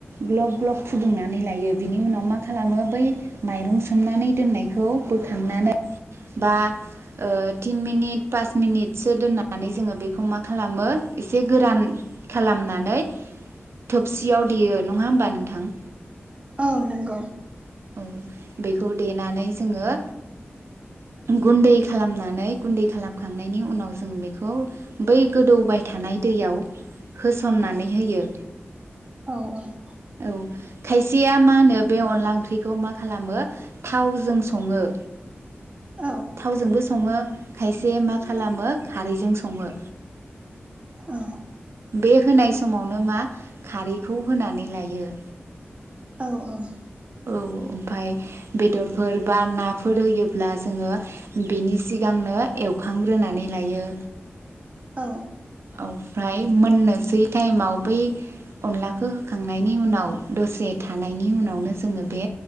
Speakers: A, on the right; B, on the right.
A: ग्लब-ग्लब फुदुंनानै लायो बिनि उनाव मा खालामो बै माइरं सोमनानै दोननायखौ बोखांनानै बा ओ थिन मिनिट पास मिनिटसो दोननानै जोङो बेखौ मा खालामो इसे गोरान खालामनानै थोबसियाव देयो नङा होमबा नोंथां?
B: औ नोंगौ।
A: औ बेखौ देनानै जोङो गुन्दै खालामनानै गुन्दै खालामखांनायनि उनाव जों बेखौ बै गोदौबाय थानाय दैयाव होस'ननानै होयो।
B: औ - औ।
A: औ खायसेया मा होनो बे अनला ओंख्रि खौ मा खालामो थावजों सङो।
B: औ।
A: थावजोंबो सङो खायसे मा खालामो खारैजों सङो।
B: औ।
A: बे होनाय समावनो मा खारैखौ होनानै लायो।
B: औ - औ।
A: औ ओमफाय बेदरफोर बा नाफोर होयोब्ला जोङो बिनि सिगांनो एवखांग्रोनानै लायो।
B: औ।
A: औफ्राय मोननोसै टाइमाव बै अनलाखौ होखांनायनि उनाव दसे थानायनि उनावनो जोङो बे